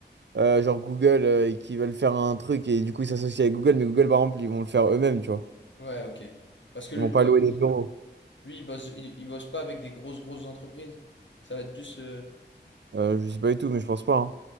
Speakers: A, on the right; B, on the left.
A: Euh, genre Google euh, et qui veulent faire un truc et du coup ils s'associent avec Google, mais Google par exemple ils vont le faire eux-mêmes, tu vois.
B: Ouais, OK. Parce que lui,
A: Ils vont
B: euh,
A: pas louer des bureaux.
B: lui, il bosse, il, il bosse pas avec des grosses, grosses entreprises. Ça va être plus. euh,
A: Euh, je sais pas du tout, mais je pense pas. hein.